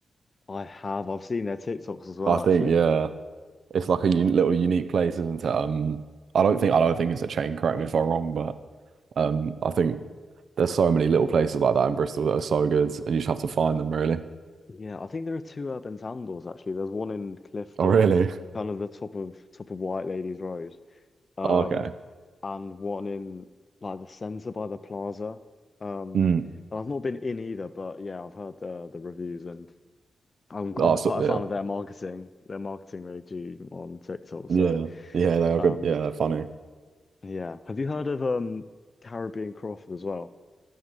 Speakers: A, on the left; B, on the right.
A: I have, I've seen their TikToks as well,
B: I think
A: actually.
B: yeah. It's like a un little unique place, isn't it? Um I don't think I don't think it's a chain, correct me if I'm wrong, but Um, I think there's so many little places like that in Bristol that are so good, and you just have to find them, really.
A: Yeah, I think there are two urban sandals actually. There's one in Clifton,
B: Oh, really? <laughs>
A: kind of the top of top of White Ladies Road. Um,
B: Oh, Okay.
A: and one in like the centre by the plaza. Um,
B: Mm.
A: and I've not been in either, but yeah, I've heard the the reviews and I'm
B: Oh,
A: I'm
B: so,
A: quite a
B: yeah,
A: fan of their marketing, their marketing they do on TikTok.
B: Yeah.
A: So
B: Yeah, they are
A: um,
B: good. Yeah, they're funny.
A: yeah, have you heard of um Caribbean Crawford as well?